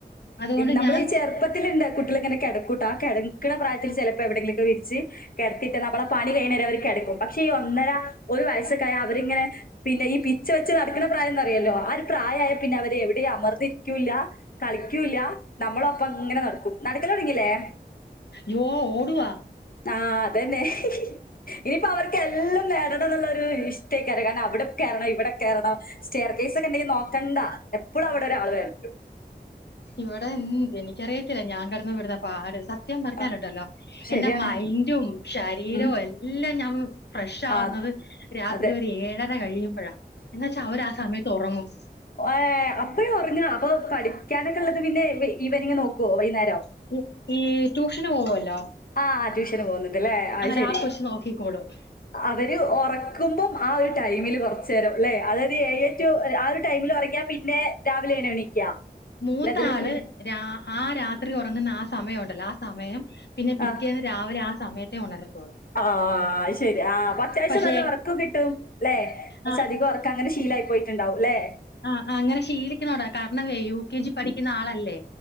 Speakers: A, on the left (about 85°); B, on the left (about 55°).
A: അതുകൊണ്ട്
B: നമ്മൾ
A: ഞാൻ
B: ഈ ചെറുപ്പത്തിലുണ്ട് കുട്ടിള്ങ്ങനെ കിട ട്ട ആഹ് കിടക്കണ പ്രായത്തിൽ ചെലപ്പോ എവിടെങ്കിലുക്കെ വിരിച്ച്. കെടത്തിട്ട നമ്മളെ പണി കഴിയുന്ന വരെ അവര് കിടക്കും പക്ഷെ ഈ ഒന്നര ഒരു വയസ്സക്കായ അവരിങ്ങനെ പിന്നെ ഈ പിച്ച വെച്ച് നടക്കണ പ്രായംന്ന്റിയല്ലോ ആഹ് ഒരു പ്രായമായ പിന്നെ അവരെ എവിടെയും അമർന്നരിക്കൂല്ല കളിക്കൂല്ല നമ്മള പ്പങ്ങനെ നടക്കും നടക്കല് തൊടങ്ങില്ലേ
A: യ്യോ ഓടുവാ.
B: ആഹ് അതന്നെ ഇനിപ്പോ അവർക്ക് എല്ലും നേര അവിന്നുള്ളൊരു ഇഷ്ടക്കയ്കാരം കാരണം അവിടെ കെറണം ഇവിടെ കേറണം സ്റ്റെയർ കേസക്കെണ്ടെങ്കി നോക്കണ്ട എപ്പോളും അവിടെ ഒരാൾ വേണം
A: ഇവിടെ എനിക്കറിയത്തില്ല ഞാൻ കിടന്ന് പെടുന്ന പാട് സ സത്യം പറഞ്ഞാലുണ്ടല്ലോ
B: ആഹ് ശരിയാണ്
A: എന്റ മൈന്റ് ഉം ശരീരവും
B: ഉം
A: എല്ലാം ഞാ ഫ്രഷ് ആവുന്നത്
B: ആഹ്
A: രാത്രി
B: അതെ
A: ഒരു ഏഴര കഴിയുമ്പോഴാ എന്നച്ചാ അവര് ആഹ് സമയത്ത് ഒറങ്ങും
B: ഏഹ് ഇപ്പഴേ ഒറങ്ങാണോ അപ്പൊ പഠിക്കാനൊക്കെള്ളത് പിന്നെ ഈവനിങ്ങ് നോക്കോ വൈന്നാരം
A: <unintelligible> ഈ ട്യൂഷന് പോവല്ലോ
B: ആഹ് ട്യൂഷന് പോകുന്നുണ്ട്ല്ലേ അത്
A: അന്നേരം
B: ശെരി
A: ആ കൊച്ച് നോക്കിക്കോളും
B: അവര് ഒറക്കുമ്പം ആഹ് ഒരു ടൈമില് കൊറച്ചേരം ല്ലെ അതായത് ഏഴെ ടു ആഹ് ഒരു ഈ ടൈമില് ഒറങ്ങിയ പിന്നെ രാവിലെണോ എണീക്ക
A: മൂത്ത
B: അല്ല അതിനിടക്ക്
A: ആള്
B: പിന്നെ
A: രാ ആഹ് രാത്രി ഒറങ്ങുന്ന ആഹ് സമയൊണ്ടല്ലോ ആഹ് സമയം പിന്നെ പിറ്റേന്ന്
B: ആഹ്
A: രാവിലെ ആഹ് സമയത്തെ ഒണര-
B: ആഹ് അത് ശരി ആഹ് അപ്പത്യാവശ്യം
A: പക്ഷെ
B: നല്ല ഒറക്കോം കിട്ടും ല്ലേ കൊറച്ച്
A: ആ
B: അധികം ഒറക്കം അങ്ങനെ ശീലായി പോയിട്ട്ണ്ടാവും ല്ലെ
A: ആഹ് അങ്ങനെ ശീലിക്കണൊടാ കാരണവേ യു കെ ജി പഠിക്കുന്ന ആളല്ലേ